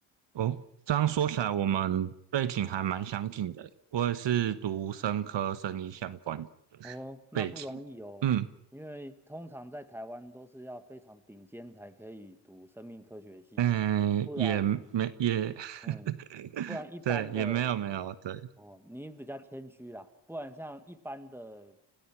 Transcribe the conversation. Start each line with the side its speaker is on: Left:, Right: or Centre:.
Right: 哦，这样说起来，我们背景还蛮相近的。我也是读生科生医相关的
Centre: 哦，那不容易哦，
Right: 背景，嗯
Centre: 因为通常在台湾都是要非常顶尖才可以读生命科学系，
Right: 嗯，
Centre: 不然，
Right: 也没也，<laughs>
Centre: 嗯，不然一般的
Right: 对，也没有没有，对，
Centre: 哦，你比较谦虚啦，不然像一般的